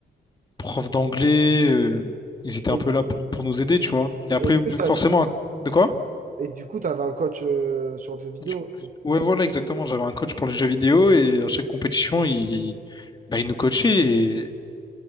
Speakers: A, on the left (about 25°); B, on the right (about 45°).
A: profs d'anglais. euh, ils étaient
B: Et,
A: un peu là pour, pour nous aider, tu vois. Et après,
B: et est-ce que t'as-
A: forcément, un- de quoi?
B: et du coup, t'avais un coach euh, sur le jeu vidéo.
A: Du- Ouais, voilà, exactement. J'avais un coach pour les jeux vidéo et à chaque compétition, il, bah, il nous coachait. Et